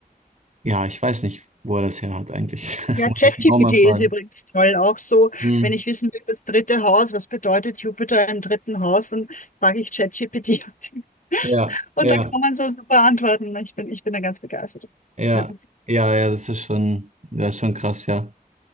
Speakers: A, on the right; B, on the left.
A: ja, ich weiß nicht, wo er das her hat eigentlich. <laughs>
B: Ja,
A: Muss
B: ChatGPT
A: ich ihn auch mal fragen.
B: ist übrigens toll. Auch so,
A: Hm.
B: wenn ich wissen will, das dritte Haus, was bedeutet Jupiter im dritten Haus, dann frage ich ChatGPT. <laughs>
A: Ja,
B: Und
A: ja,
B: da kann man so super antworten. Ich bin, ich bin da ganz begeistert.
A: ja,
B: Ja.
A: ja, ja, das ist schon, das ist schon krass, ja.